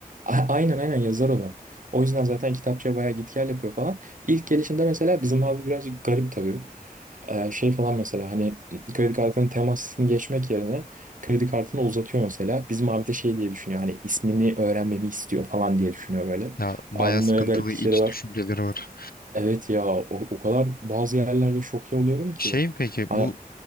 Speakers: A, on the right; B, on the left.
A: a- aynen aynen yazar olan. O yüzden zaten kitapçıya bayağı git gel yapıyor falan. İlk gelişinde mesela bizim abi birazcık garip tabii. Ee, şey falan mesela hani kredi kartının temasını geçmek yerine kredi kartını uzatıyor mesela. Bizim abi de şey diye düşünüyor hani ismini öğrenmemi istiyor falan diye düşünüyor böyle.
B: Ya bayağı
A: Abinin
B: sıkıntılı
A: öyle gariplikleri
B: iç
A: var.
B: düşünceleri var.
A: Evet ya o, o kadar bazı yerlerde şok oluyorum ki.
B: Şey peki
A: Hani
B: bu